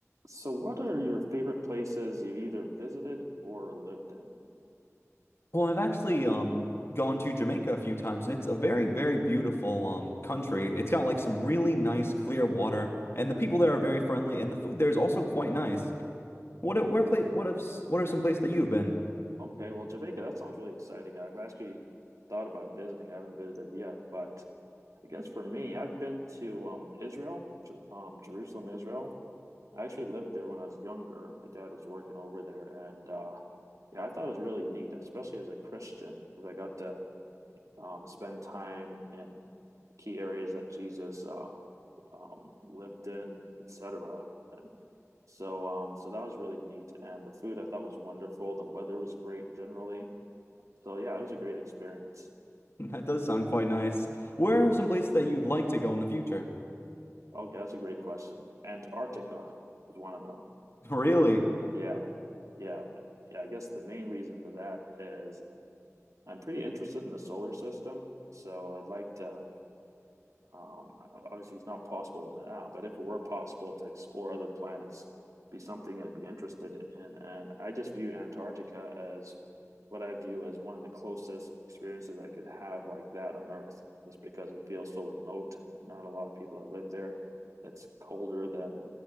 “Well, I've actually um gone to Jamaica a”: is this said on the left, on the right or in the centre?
Left